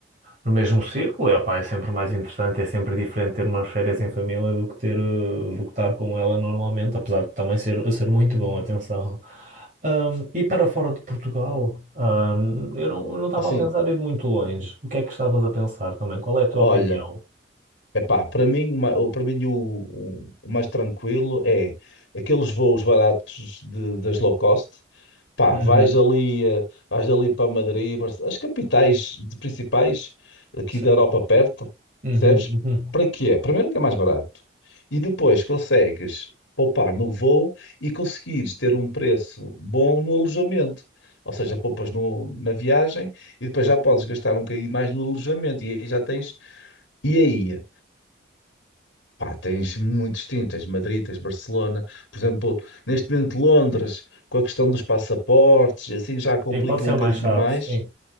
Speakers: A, on the right; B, on the left.
A: no mesmo círculo. E, opá, é sempre mais interessante, é sempre diferente ter umas férias em família do que ter, eh, do que estar com ela normalmente, apesar de também ser, ser muito bom, atenção. Hum, e para fora de Portugal, hum, eu não, eu não estava
B: Assim,
A: a pensar em ir muito longe. O que é que estavas a pensar também? Qual é a tua
B: olha,
A: opinião?
B: epá, para mim, uma, o- para mim o, o- o mais tranquilo é aqueles voos baratos de- das low cost, Pá,
A: Uhum.
B: vais ali, eh, vais ali para Madrid, Barcelona, as capitais de- principais aqui
A: Se-
B: da Europa perto,
A: Uhum,
B: percebes?
A: uhum.
B: Para quê? Primeiro que é mais barato. E depois consegues poupar no voo e conseguires ter um preço bom no alojamento. Ou seja, poupas no- na viagem e depois já podes gastar um bocadinho mais no alojamento. E aí já tens. E aí? Pá, tens muitos tens, tens Madrid, tens Barcelona, por exemplo, neste momento Londres, com a questão dos passaportes, e assim já complica
A: Sim, pode ser
B: um bocadinho
A: mais chato,
B: mais,
A: sim.